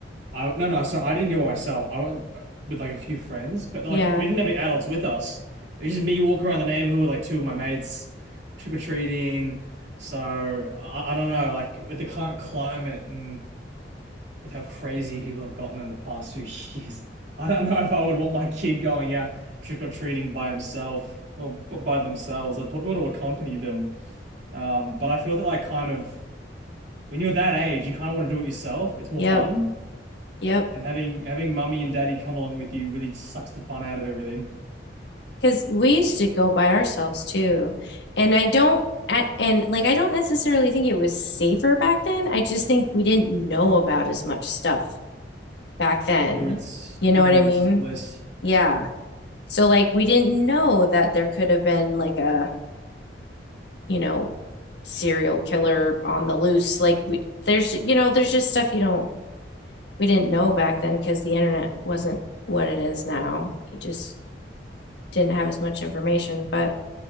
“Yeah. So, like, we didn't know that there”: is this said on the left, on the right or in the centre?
Left